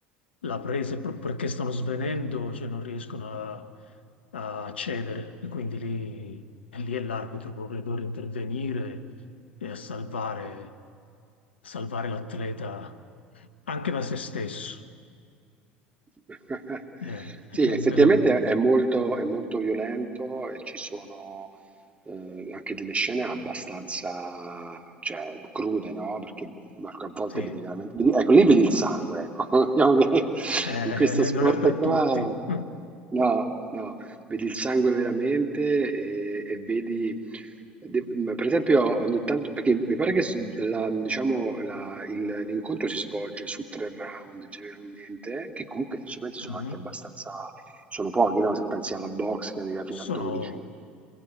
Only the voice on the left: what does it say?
la presa, e pro- perché stanno svenendo, cioè non riescono a, a cedere. E quindi lì, lì è l'arbitro proprio che deve intervenire e a salvare, salvare l'atleta anche da se stesso.
Eh, è
bello,
sì.
Eh,
non è per
tutti. <laughs>
Mhm.
Sono